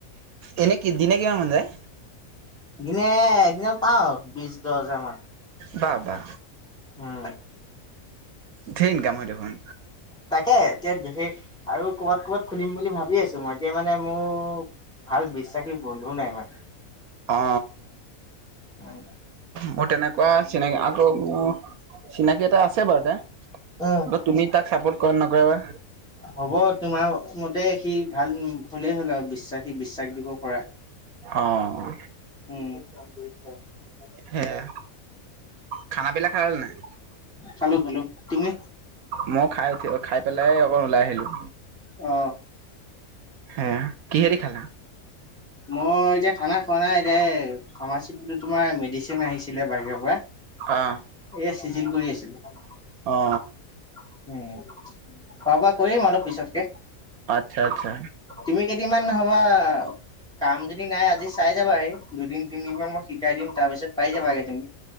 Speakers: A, on the right; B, in the centre.
A: এনে কি দিনে কিমান মান যায়
B: সদিনে এদিন পাওঁ বিশ দহ হাজাৰ মান
A: বা বা
B: উম
A: ধেইইনকাম হৈ দেখোন
B: তাকে এতিয়া সেই আৰু কৰ'বাত ক'বাত খুলিম বুলি ভাবি আছো মই এতিয়া মানে মোৰ ভাল বিশ্বাসী বন্ধুও নাই মানে
A: অ
B: হয়
A: মোৰ তেনেকুৱা চিনাকি আকৌ চিনাকি এটা আছে বাৰু তে
B: উম
A: আকৌ তুমি তাক চাপৰ্ট কৰা নকৰা বা
B: হব তোমাৰ মতে সি ভাল হ'লেই হ'ল আও, বিশ্বাসী বিশ্বাস দিব পৰা।
A: অ'।
B: উম, <unintelligible>
A: হেয়া খানাবিলা খালা নে নাই?
B: খালো খালো তুমি
A: মই খাই উঠি, অ' খাই পেলাই অকণ ওলাই আহিলোঁ।
B: অ
A: হে কিহেদি খালা?
B: মই এতিয়া খানা খোৱা নাই এতিয়া ফাৰ্মাচীো তোমাৰ মেডিচিন আহিছিলে বাহিৰৰ পৰা
A: অ
B: এয়া চিজিল কৰি আছিলো
A: অ
B: উম খোৱা বোৱা কৰিম অলপ পিছতকে
A: আচ্ছা আচ্ছা
B: তুমি কেইদিনমান সমবা কাম যদি নাই আজি চাই যাবা হ দুদিন তিনদিন মমান মই শিকাই দিম তাৰ পিছত পাই যাবাগে তুমি